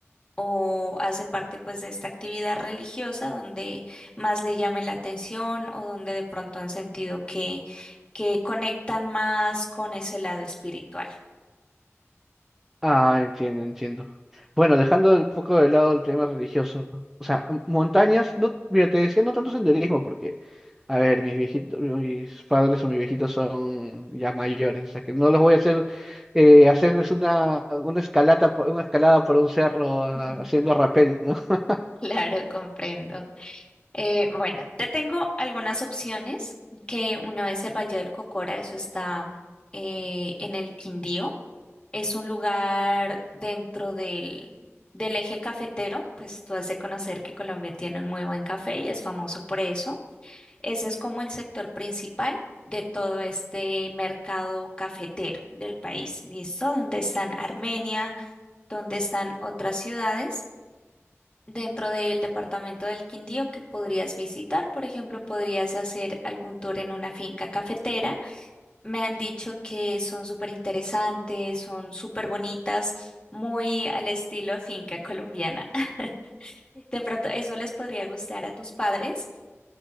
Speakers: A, on the left; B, in the centre.
A: o hace parte pues de esta actividad religiosa donde más le llame la atención o donde de pronto han sentido que, que conectan más con ese lado espiritual.
B: Ah, entiendo, entiendo. Bueno, dejando un poco de lado el tema religioso, o sea, m- montañas, no, mira, te decía no tanto senderismo, porque A ver, mis viejitos, mis padres o mis viejitos son ya mayores, o sea que no los voy a hacer eh, hacerles una, una escalada, una escalada por un cerro ah,
A: <laughs>
B: haciendo rappel, ¿no? <laughs>
A: Claro, comprendo. Eh, bueno, te tengo algunas opciones, que uno es el Valle del Cocora, eso está eh, en el Quindío, es un lugar dentro del, del eje cafetero, pues tú has de conocer que Colombia tiene un muy buen café y es famoso por eso. Ese es como el sector principal de todo este mercado cafetero del país, ¿listo? Donde están Armenia, donde están otras ciudades dentro del departamento del Quindío que podrías visitar. Por ejemplo, podrías hacer algún tour en una finca cafetera. Me han dicho que son súper interesantes, son súper bonitas, muy al estilo finca colombiana. <laughs> De pronto, eso les podría gustar a tus padres.